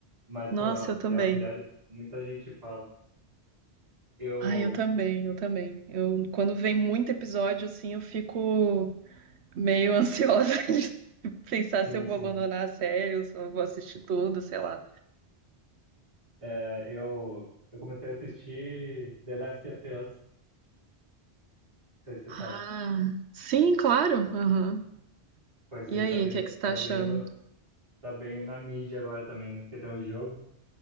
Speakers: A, on the right; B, on the right.
A: Mas,
B: Nossa,
A: pô, ó,
B: eu também.
A: The Walking Dead, muita gente fala. Eu,
B: Ai, eu também, eu também. Eu, quando vem muito episódio, assim, eu fico meio <laughs> ansiosa de pensar
A: sim,
B: se eu vou
A: sim.
B: abandonar a série ou se eu vou assistir tudo, sei lá.
A: É, eu, eu comecei a assistir The Last of Us, não sei se você
B: Ah,
A: sabe.
B: sim, claro. Aham.
A: Pô, isso aí
B: E aí,
A: tá bem,
B: o que é que você tá
A: tá
B: achando?
A: bem no, tá bem na mídia agora também, né? Porque tem um jogo